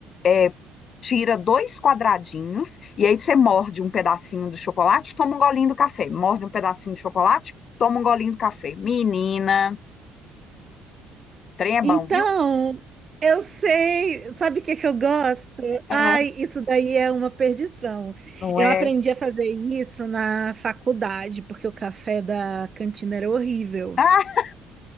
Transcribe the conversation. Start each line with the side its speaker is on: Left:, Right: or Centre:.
Left: é, tira dois quadradinhos, e aí você morde um pedacinho do chocolate, toma um golinho do café. Morde um pedacinho de chocolate, toma um golinho do café. Menina, trem é bom,
Right: Então,
Left: viu?
Right: eu sei, sabe o que que eu gosto?
Left: É,
Right: Ai, isso daí é uma perdição.
Left: não
Right: Eu
Left: é?
Right: aprendi a fazer isso na faculdade, porque o café da cantina era horrível.
Left: <laughs>